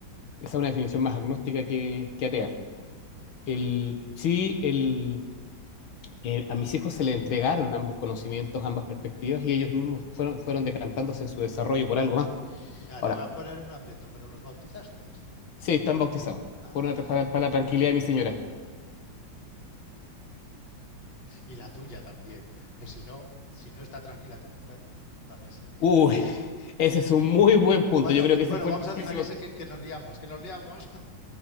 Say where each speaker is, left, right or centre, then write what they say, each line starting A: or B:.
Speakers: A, on the left; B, on the left.
A: esa es una definición más agnóstica que, que atea.
B: correcto.
A: El, sí, el, eh, a mis hijos se le entregaron ambos conocimientos, ambas perspectivas, y ellos mismos fueron, fueron decantándose en su desarrollo por algo más.
B: Mira,
A: Ahora,
B: te voy a poner en un aprieto, pero los bautizasteis.
A: sí, están bautizados,
B: Ah.
A: por una- para, para la tranquilidad de mi señora.
B: Y la tuya también, que si no, si no está tranquila tu mujer, también se lía.
A: Uy, <laughs> ese es un muy buen punto.
B: Bueno,
A: Yo creo que ese
B: bueno,
A: fue
B: vamos
A: el
B: a dejar
A: principal.
B: ese que, que nos liamos, que nos liamos.